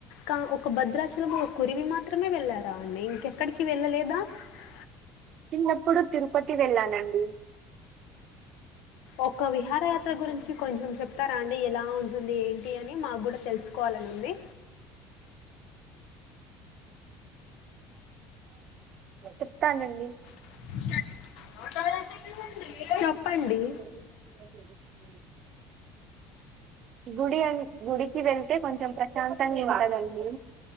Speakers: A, on the left; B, on the right.
A: కా ఒక భద్రాచలంలో కురివి మాత్రమే వెళ్ళారా అండి ఇంకెక్కడికి వెళ్ళలేదా <unintelligible>
B: వప్పుడు తిరుపతి వెళ్ళానండి
A: ఒక విహార యాత్ర గురించి కొంచెం చెప్తారా అండి ఎలా ఉంటుంది ఏంటి అని మాకు కూడా తెలుసుకోవ లనుంది
B: చెప్తానండి
A: <unintelligible>
B: <unintelligible>
A: చెప్పండి
B: గుడి అం గుడికివేల్ తే కొంచెం ప్రశాంతంగా ఉంటదండి